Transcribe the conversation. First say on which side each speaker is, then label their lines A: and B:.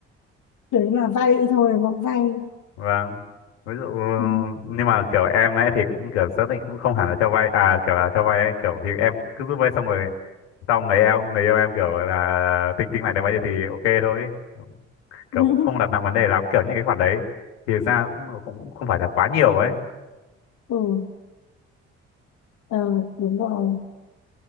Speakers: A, on the left; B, on the left.
A: đấy là vay thôi mộng vay
B: vâng ví dụ
A: ừ.
B: nhưng mà kiểu em ấy thì cũng kiểu xác định cũng không hẳn là cho vay à kiểu là cho vay ấy, kiểu thì em cứ giúp vay xong rồi xong người yêu người yêu em kiểu là tinh tinh lại được bao nhiêu thì ok thôi kiểu
A: <laughs>
B: không đặt nặng vấn đề lắm kiểu những cái khoản đấy thì ra cũng cũng không phải là quá nhiều ấy
A: ừ. Ờ, đúng rồi